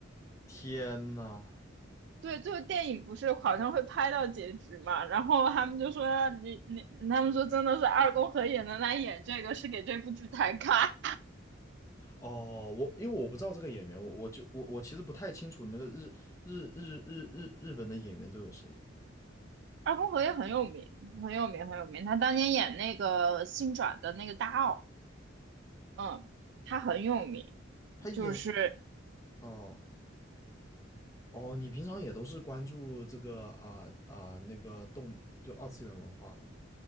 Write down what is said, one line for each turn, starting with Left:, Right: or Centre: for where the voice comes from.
Left: <laughs> 天呐！
Right: 对，最后电影不是好像会拍到结局嘛，然后他们就说你你，他们说真的是二宫和也能来演这个，是给这部剧抬咖。
Left: 哦，我因为我不知道这个演员，我我就我我其实不太清楚那个日日日日日日本的演员都有谁。
Right: 二宫和也很有名，很有名，很有名。他当年演那个新转的那个大奥，嗯，他很有名，
Left: 他演
Right: 就是
Left: 哦哦，你平常也都是关注这个啊啊、呃呃那个动就二次元文化的嘛？